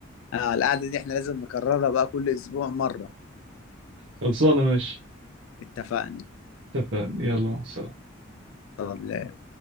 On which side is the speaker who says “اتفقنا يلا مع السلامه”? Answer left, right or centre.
Right